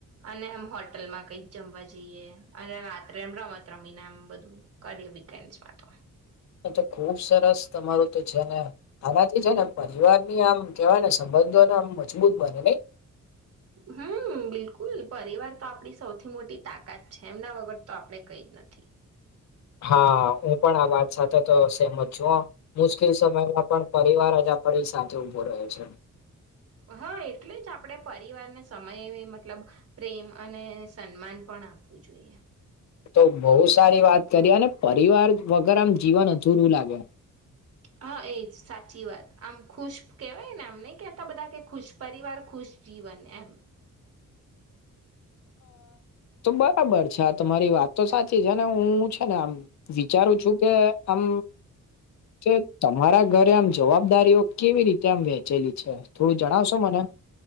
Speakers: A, on the right; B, on the left.
A: અને એમ હોટલમાં કઈક જમવા જઈએ અને રાત્રે એમ રમત રમીને એમ બધું કરીએ કેન્સમાં તો
B: તો ખુબ સરસ તમારું તો છે ને આનાથી છે ને પરિવારની બી આમ કેવાય ને સંબંધોને આમ મજબૂત બને નઈ
A: હમ બિલકુલ પરિવાર તો આપડી સૌથી મોટી તાકાત છે એમના વગર તો આપણે કઈ જ નથી
B: હા હું પણ આ વાત સાથે તો સહેમત છુ હ મુશ્કેલ સમયમાં પણ પરિવાર જ આપણી સાથે ઉભો રહ્યો છે
A: હા એટલે જ આપણે પરિવારને સમય મતલબ પ્રેમ અને સન્માન પણ આપવુ જોઈએ
B: તો બહુ સારી વાત કરી અને પરિવાર વગર આમ જીવન અધૂરું લાગે
A: હા એજ સાચી વાત આમ ખુશ કેહેવાય ને આમ નહી કે આ બધા કે ખુશ પરિવાર ખુશ જીવન એમ
B: તો બરાબર છે આ તમારી વાત તો સાચી છે અને હું છે ને આમ વિચારું છું કે આમ કે તમારા ઘરે આમ જવાબદારીઓ કેવી રીતે આમ વેંચેલી છે થોડુ જણાવશો મને